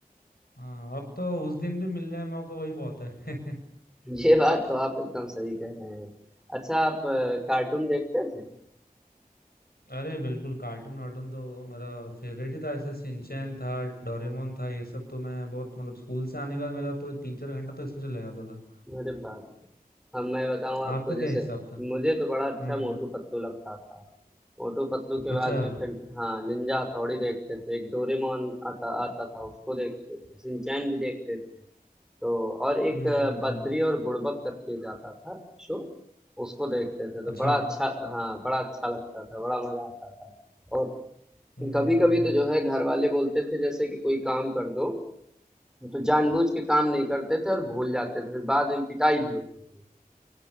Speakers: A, on the left; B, in the centre.
A: हाँ अब तो उस दिन भी मिल जाए मौका वही बहुत है
B: ये बात तो आप एकदम सही कह रहे हैं अच्छा आप अ, कार्टून देखते थे
A: <laughs> अरे बिल्कुल कार्टून वार्टून तो मेरा फेवरेट ही था ऐसे सिंचैन था डोरेमोन था ये सब तो मैं बहुत मतलब स्कूल से आने के बाद मेरा तो तीन चार घंटा तो इसमें चला जाता था
B: अरे बाप रे। हम मैं बताऊं आपको
A: आपका क्या
B: जैसे
A: हिसाब था
B: मुझे तो बड़ा अच्छा
A: हम्म
B: मोटू पतलू लगता था मोटू पतलू के बाद
A: अच्छा
B: में फिर हाँ निंजा हथौड़ी देखते थे एक डोरेमोन आता आता था उसको देखते थे सिंचैन भी देखते थे तो और एक
A: हम्म
B: अ,
A: हम्म हम्म
B: बद्री और बुड़बक करके एक आता था शो उसको देखते थे
A: अच्छा
B: तो बड़ा अच्छा हाँ बड़ा अच्छा लगता था बड़ा मजा आता था और
A: हम्म
B: कभी कभी तो जो है घर वाले बोलते थे जैसे कि कोई काम कर दो तो जानबूझ के काम नहीं करते थे और भूल जाते थे फिर बाद में पिटाई भी होती थी